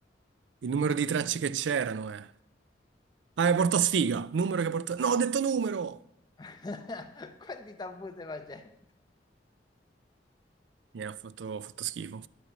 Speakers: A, on the right (about 85°); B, on the left (about 25°).
A: il numero di tracce che c'erano, eh. Ah, porta sfiga, numero che porta... No, ho detto numero!
B: <laughs> Quanti tabù stai facendo?
A: Mi ha fatto, fatto schifo.